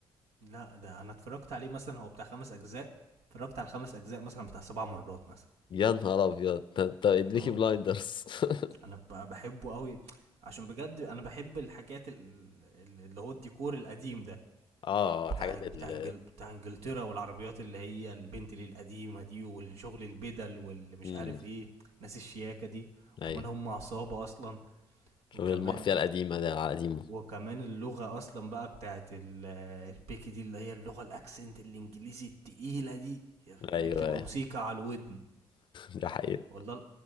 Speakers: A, on the right; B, on the left.
A: لا ده انا اتفرجت عليه مثلا هو بتاع خمس اجزاء اتفرجت على الخمس اجزاء مثلا بتاع سبع مرات مثلا
B: يا نهار ابيض ده انت بيكي
A: اللي هو
B: بلايندرز <laughs>
A: انا ب- بحبه قوي عشان بجد انا بحب الحاجات ال- ال- اللي هو الديكور القديم ده
B: اه
A: بتاع
B: الحاجات
A: بتاع
B: ال
A: انجل بتاع انجلترا والعربيات اللي هي البنت اللي القديمه دي والشغل البدل واللي مش
B: امم
A: عارف ايه ناس الشياكه دي وكمان
B: ايوه
A: هم عصابه اصلا
B: شغل
A: وكمان
B: المافيا القديمه ده على قديمه
A: وكمان اللغة أصلا بقى بتاعت ال- البيكي دي اللي هي اللغة الأكسنت الإنجليزي التقيلة دي
B: ايوه
A: دي بتبقى
B: ايوه
A: موسيقى على الودن
B: <laughs> ده حقيقي
A: والله